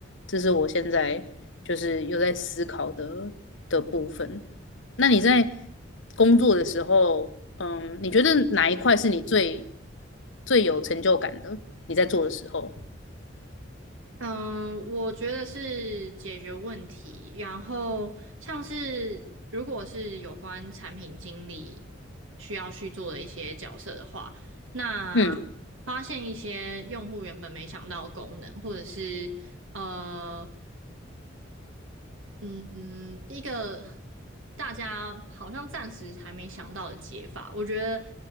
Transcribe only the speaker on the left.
这是我现在就是有在思考的的部分。那你在工作的时候，嗯，你觉得哪一块是你最最有成就感的？你在做的时候，
嗯，